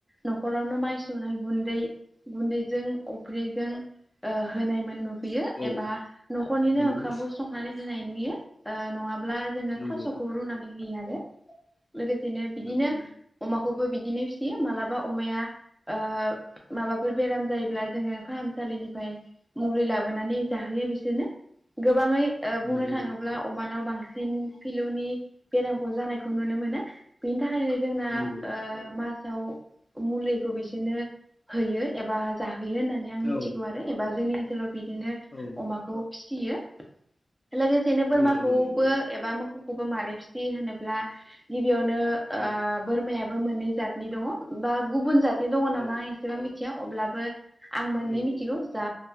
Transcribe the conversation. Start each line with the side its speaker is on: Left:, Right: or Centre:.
Centre: नखरावनो माइ सौनाय गुन्दै गुन्दै जों अफ्रिजों होनायमोन नुहैयो
Left: औ
Centre: एबा नखरनिनो
Left: नंगौ
Centre: ओंखामखौ संनानै नाय नुयो ओ नङाबा ब्ला जोङो
Left: नंगौ
Centre: थासखौ रुनानै होयो आरो लोगोसेनो बिदिनो
Left: नंगौ
Centre: अमाखौबो बिदिनो मालाबा अमाया ओ माबाफोर बेराम ब्ला जोङो फाहामसालिनिफ्राय मुलि लाबोनानै जाहोयो बिसोरनो गोबाङै बुंनो
Left: नंगौ
Centre: थाङोब्ला
Left: नंगौ
Centre: अमानाव बांसिन फिलौनि बेरामखौ जानायखौ नुनो मोनो बिनि थाखायनो जोंना
Left: नंगौ
Centre: ओ मासाव मुलिखौ बिसोरनो होयो एबा जाहैयो होननानै आं मिथिगौ
Left: औ
Centre: आरो एबा जोंनि सोलाव बि दिनो
Left: औ
Centre: अमाखौ फि सियो लोगोसेनो बोरमाखौबो
Left: ए औ नंगौ
Centre: एबा मोखौ खौबो मारै फिसियो होनोब्ला गि बियावनो
Left: औ
Centre: बोरमायाबो मोननै जातनि दङ बा गुबुन जातनि दङ
Left: औ
Centre: नामा आं एसेबां मिथिया। अब्लाबो आं मोननै
Left: उम
Centre: मिथिगौ जा